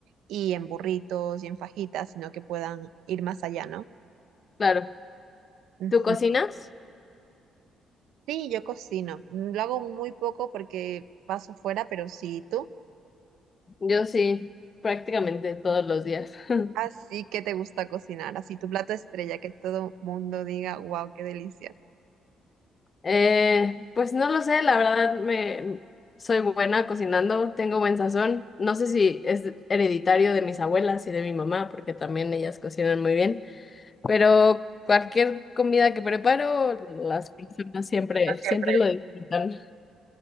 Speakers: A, on the right (about 80°); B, on the left (about 35°).
A: y en burritos y en fajitas, sino que puedan ir más allá, ¿no?
B: claro.
A: Ujú.
B: ¿Tú cocinas?
A: Sí, yo cocino. mm, Lo hago muy poco porque paso fuera, pero sí, tú.
B: Yo sí, prácticamente todos los días. <laughs>
A: Así que te gusta cocinar, así tu plato estrella, que todo mundo diga, wow, qué delicia.
B: Eh, pues no lo sé, la verdad me soy buena cocinando, tengo buen sazón. No sé si es hereditario de mis abuelas y de mi mamá, porque también ellas cocinan muy bien, pero cualquier comida que preparo, las personas siempre,
A: No siempre.
B: siempre lo disfrutan.